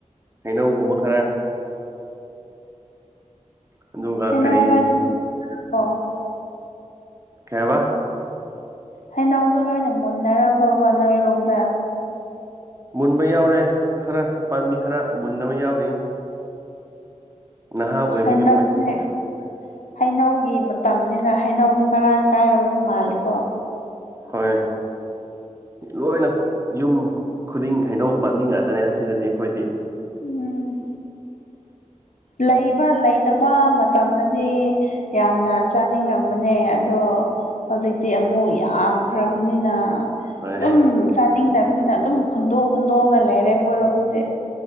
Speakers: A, on the right; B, on the left.
A: ꯍꯩꯅꯧꯒꯨꯝꯕ ꯈꯔ ꯑꯗꯨꯒ
B: ꯍꯩꯅꯧ
A: ꯀꯔꯤ
B: ꯂꯣꯏꯅ <unintelligible>
A: ꯀꯩꯕ
B: ꯍꯩꯅꯧꯗꯣ ꯂꯣꯏꯅ ꯃꯨꯟꯅꯔꯕꯕꯣ ꯅꯣꯏꯔꯣꯝꯗ
A: ꯃꯨꯟꯕ ꯌꯥꯎꯔꯦ ꯈꯔ ꯄꯥꯝꯕꯤ ꯈꯔ ꯃꯨꯟꯗꯕ ꯌꯥꯎꯔꯤ ꯅꯍꯥ ꯑꯣꯏꯕꯒꯤ
B: ꯁꯟꯗꯛꯅꯦ
A: ꯃꯣꯏꯁꯦ
B: ꯍꯩꯅꯧꯒꯤ ꯃꯇꯝꯅꯤꯅ ꯍꯩꯅꯧꯗꯤ ꯃꯔꯥꯡ ꯀꯥꯏꯔꯕ ꯃꯥꯜꯂꯤꯀꯣ
A: ꯍꯣꯏ ꯂꯣꯏꯅ ꯌꯨꯝ ꯈꯨꯗꯤꯡ ꯍꯩꯅꯧ ꯄꯥꯝꯕꯤ ꯉꯥꯛꯇꯅꯦ ꯑꯁꯤꯗꯗꯤ ꯑꯩꯈꯣꯏꯗꯤ
B: ꯎꯝ ꯂꯩꯕ ꯂꯩꯇꯕ ꯃꯇꯝꯗꯗꯤ ꯌꯥꯝꯅ ꯆꯥꯅꯤꯡꯉꯝꯕꯅꯦ ꯑꯗꯣ ꯍꯧꯖꯤꯛꯇꯤ ꯑꯃꯨꯛ ꯌꯥꯝꯈ꯭ꯔꯕꯅꯤꯅ
A: ꯍꯣꯏ
B: ꯑꯗꯨꯝ ꯆꯥꯅꯤꯡꯗꯕꯅꯤꯅ ꯑꯗꯨꯝ ꯍꯨꯟꯗꯣꯛ ꯍꯨꯟꯗꯣꯛꯑꯒ ꯂꯩꯔꯦ ꯑꯩꯈꯣꯏꯔꯣꯝꯗꯤ